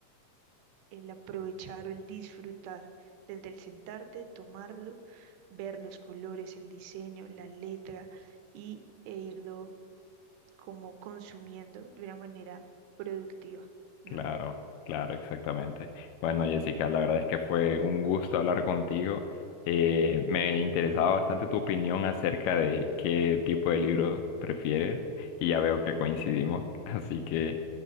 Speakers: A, on the right; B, on the left.
A: el aprovechar o el disfrutar desde el sentarte, tomarlo, ver los colores, el diseño, la letra y e irlo como consumiendo de una manera productiva, ¿no?
B: Claro, claro, exactamente. Bueno, Jessica, la verdad es que fue un gusto hablar contigo. Eh, me interesaba bastante tu opinión acerca de qué tipo de libro prefieres y ya veo que coincidimos. <laughs> Así que